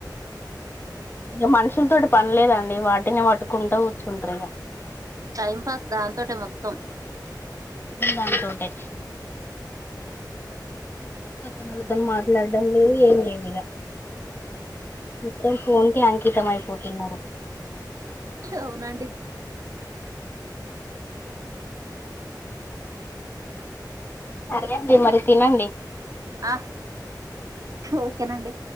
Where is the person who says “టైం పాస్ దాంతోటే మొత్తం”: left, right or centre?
Right